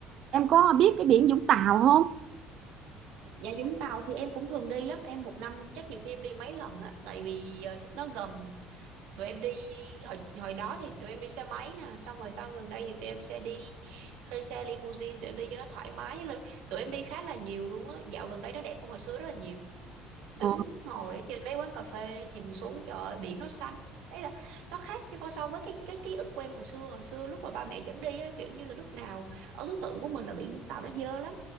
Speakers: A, on the right; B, on the right.
A: em có biết cái biển Vũng Tàu không
B: dạ Vũng Tàu thì em cũng thường đi lắm em một năm chắc nhiều khi em đi mấy lần á tại vì ờ, nó gần tụi em đi hồi hồi đó thì tụi em đi xe máy nè xong rồi sau gần đây thì tụi em sẽ đi thuê xe limousine tụi em đi cho nó thoải mái Là- tụi em đi khá là nhiều luôn á dạo gần đây nó đẹp hơn hồi xưa rất là nhiều đứng
A: ờ,
B: ngồi ở trên mấy quán cà phê nhìn xuống trời ơi, biển nó xanh đấy là nó khác chứ so so với cái cái ký ức quen hồi xưa hồi xưa lúc mà ba mẹ dẫn đi á, kiểu như là lúc nào ấn tượng của mình là biển Vũng Tàu nó dơ lắm